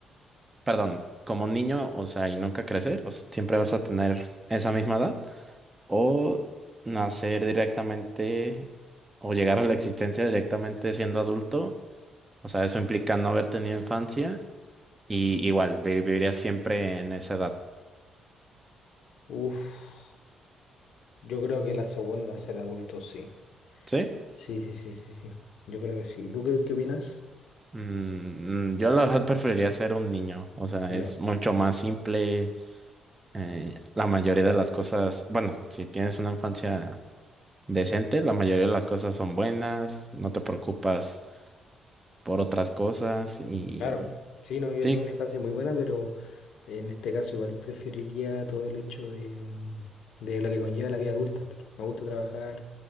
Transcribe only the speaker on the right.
perdón, como niño, o sea, y nunca crecer, o sea, siempre vas a tener esa misma edad, o nacer directamente o llegar a la existencia directamente siendo adulto, o sea, eso implica no haber tenido infancia y igual viviría siempre en esa edad,
¿sí?
Mm, mm, yo la verdad preferiría ser un niño, o sea,
es mucho más simple. eh, la mayoría de las cosas, bueno, si tienes una infancia decente, la mayoría de las cosas son buenas, no te preocupas por otras cosas y
sí,